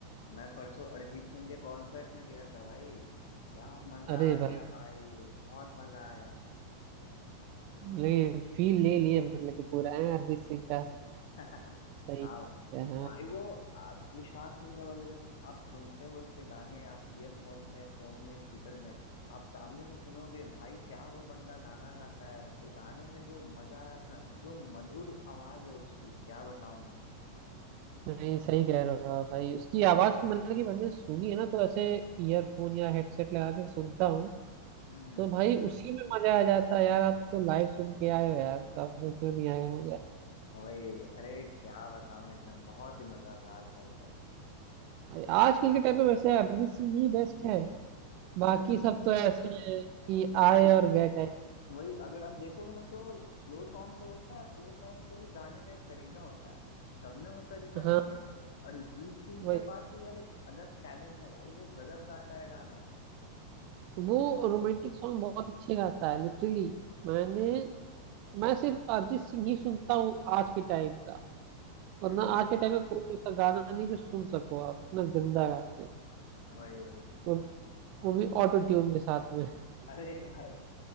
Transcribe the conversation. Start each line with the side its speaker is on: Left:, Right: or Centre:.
Left: मैं परसों अरिजीत सिंह के कॉन्सर्ट में गया था भाई क्या मजा
Right: अरे
Left: आ
Right: भाई
Left: गया भाई बहुत मजा आया
Right: लेकिन फील ले लिए मतलब कि पूरा है अरिजीत सिंह का
Left: <laughs>
Right: सही
Left: हाँ भाई
Right: है, हाँ
Left: भाई वो आप विश्वास नहीं करोगे जो आप सुनते हो उसके गाने आप ईयरफोन में फोन में स्पीकर में आप सामने से सुनोगे भाई क्या वो बंदा गाना गाता है उसके गाने में जो मजा है ना जो मधुर आवाज है उसकी क्या बताऊं मैं
Right: नहीं सही कह रहे हो आप भाई उसकी आवाज तो मतलब कि मैंने सुनी है ना तो ऐसे ईयरफोन या हेडसेट लगा के सुनता हूँ
Left: हम्म हम्म।
Right: तो भाई उसी में मजा आ जाता है यार आप तो लाइव सुन के आए हो यार तो आपको क्यों नहीं आएगा मजा
Left: <laughs> वही अरे क्या बताऊं एकदम बहुत ही मजेदार था एकदम
Right: आजकल के टाइम पे वैसे अरिजीत सिंह ही बेस्ट है
Left: हम्म
Right: बाकी
Left: हम्म
Right: सब तो ऐसे हैं कि
Left: वही
Right: आए और गए टाइप
Left: वही अगर आप देखोगे ना तो स्लो सॉन्ग तो होता है स्लो सॉन्ग को भी गाने का एक तरीका होता है सब में वो तरीका नहीं
Right: हाँ
Left: है बट अरिजीत सिंह
Right: वही
Left: के पास भी अलग अलग टैलेंट है भाई वो गजब गाता है गाना
Right: वो रोमांटिक सॉन्ग बहुत अच्छे गाता है लिटरली मैंने मैं सिर्फ अरिजीत सिंह ही सुनता हूँ आज के टाइम का वरना
Left: हम्म हम्म,
Right: आज के टाइम में कोई ऐसा गाना नहीं जो सुन सको आप इतना गंदा गाते हैं
Left: वही वही
Right: वो, वो भी ऑटो ट्यून के साथ में
Left: अरे भाई